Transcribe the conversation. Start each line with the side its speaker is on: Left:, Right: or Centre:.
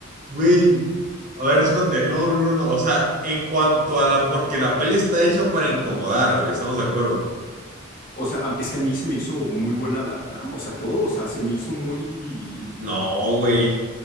Right: güey. A ver, espérate, no, no, no, no. O sea, en cuanto a la, porque la peli está hecha para incomodar, güey, estamos de acuerdo.
Left: O sea, a- es que a mí se me hizo muy buena la trama, o sea, todo, o sea, se me hizo muy,
Right: No, güey,